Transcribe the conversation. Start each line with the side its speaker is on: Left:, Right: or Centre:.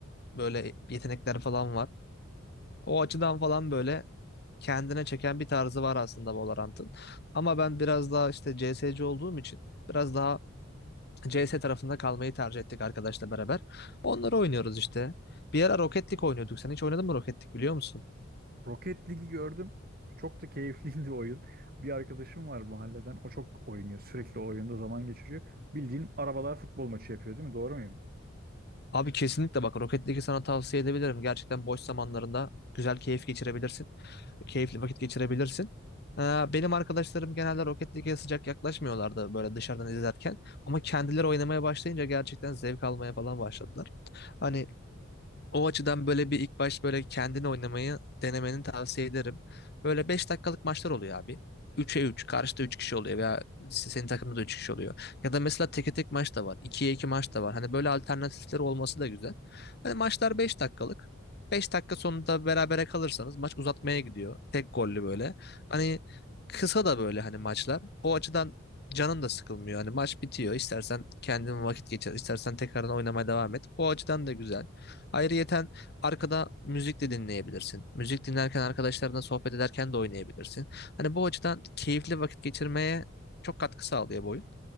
Left: böyle yetenekler falan var. O açıdan falan böyle kendine çeken bir tarzı var aslında Valorant'ın. Ama ben biraz daha işte CS:GO olduğum için biraz daha CS tarafında kalmayı tercih ettik arkadaşla beraber. Onları oynuyoruz işte. Bir ara Rocket League oynuyorduk. Sen hiç oynadın mı Rocket League biliyor musun?
Right: Rocket League'i gördüm. Çok da keyifliydi <laughs> oyun. Bir arkadaşım var mahalleden. O çok oynuyor. Sürekli o oyunda zaman geçiriyor. Bildiğin arabalar futbol maçı yapıyor değil mi? Doğru muyum?
Left: Abi kesinlikle bak Rocket League'i sana tavsiye edebilirim. Gerçekten boş zamanlarında güzel keyif geçirebilirsin. Keyifli vakit geçirebilirsin. Ee, Benim arkadaşlarım genelde Rocket League'e sıcak yaklaşmıyorlardı böyle dışarıdan izlerken. Ama kendileri oynamaya başlayınca gerçekten zevk almaya falan başladılar. Hani O açıdan böyle bir ilk baş böyle kendini oynamayı denemeni tavsiye ederim. Böyle 5 dakikalık maçlar oluyor abi. Üçe 3 karşıda 3 kişi oluyor veya se- senin takımda da 3 kişi oluyor. Ya da mesela teke tek maç da var. ikiye 2 maç da var. Hani böyle alternatifler olması da güzel. Hani maçlar 5 dakikalık. 5 dakika sonunda berabere kalırsanız maç uzatmaya gidiyor. Tek gollü böyle. Hani kısa da böyle hani maçlar. O açıdan canın da sıkılmıyor. Hani maç bitiyor. İstersen kendin vakit geçir, istersen tekrardan oynamaya devam et. Bu açıdan da güzel. Ayrıyeten arkada müzik de dinleyebilirsin. Müzik dinlerken arkadaşlarına sohbet ederken de oynayabilirsin. Hani bu açıdan keyifli vakit geçirmeye çok katkı sağlıyor bu oyun.